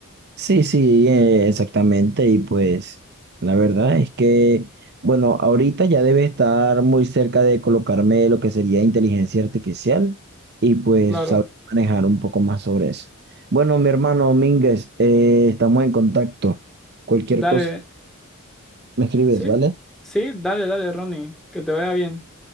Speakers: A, on the right; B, in the centre.
A: Sí, sí, eh, exactamente. Y pues la verdad es que, bueno, ahorita ya debe estar muy cerca de colocarme lo que sería inteligencia artificial y pues
B: Claro,
A: saber manejar un poco más sobre eso. Bueno, mi hermano Mínguez, eh, estamos en contacto. Cualquier
B: dale,
A: cosa, me escribes,
B: sí,
A: ¿vale?
B: sí, dale, dale, Ronnie, que te vaya bien.